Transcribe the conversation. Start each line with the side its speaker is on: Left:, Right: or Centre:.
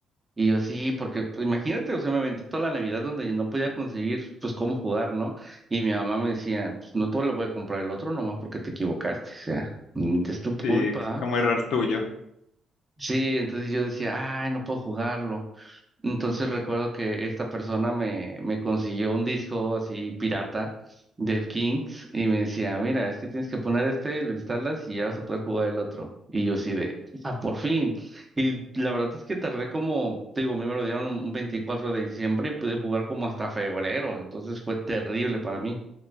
Right: Y yo sí, porque pues, imagínate, o sea, me aventé toda la Navidad donde yo no podía conseguir pues cómo jugar, ¿no? Y mi mamá me decía, pues no todo lo puede comprar el otro, nomás porque te equivocaste, o sea, mm, es tu culpa.
Left: Sí, como error tuyo.
Right: Sí, entonces yo decía, ay, no puedo jugarlo. Entonces recuerdo que esta persona me, me consiguió un disco así pirata del Kings y me decía, mira, es que tienes que poner este, lo instalas y ya vas a poder jugar el otro. Y yo sí de, ah, por fin. Y la verdad es que tardé como, te digo, a mí me lo dieron un 24 de diciembre y pude jugar como hasta febrero, entonces fue terrible para mí.